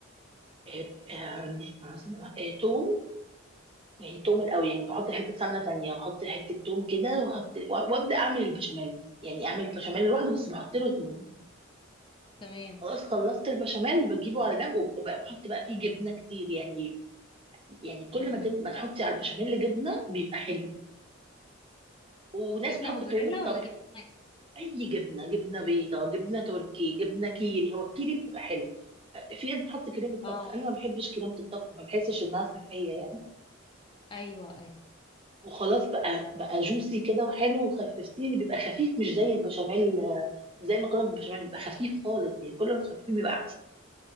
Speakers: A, on the right; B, on the left.
A: آه، آم، عايزين أقول- آه، توم يعني توم الاول يعني بحط حته سمنه تانية واحط حته توم كده واحط وابدا اعمل البشاميل يعني اعمل البشاميل لوحده بس بحط له توم
B: تمام
A: خلاص خلصت البشاميل بجيبه على جنب وب- وبقى بحط بقى فيه جبنه كتير يعني يعني كل
B: امم
A: ما تن... ما تحطي على البشاميل جبنه بيبقى حلو وناس
B: جبنه
A: بتحط
B: موتزاريلا
A: كريمه
B: ولا
A: طبخ
B: جبنه ايه؟
A: اي جبنه جبنه بيضاء جبنه تركي جبنه كيري هو الكيري بتبقى حلوه أ- في ناس بتحط كريمه
B: اه
A: طبخ انا ما بحبش كريمه الطبخ ما بحسش انها صحيه يعني
B: ايوه ايوه
A: وخلاص بقى بقى جوسي كده وحلو وخففتيه بيبقى خفيف مش زي البشاميل آه، زي المكرونه بالبشاميل بيبقى خفيف خالص يعني كل ما تخففيه بيبقى احسن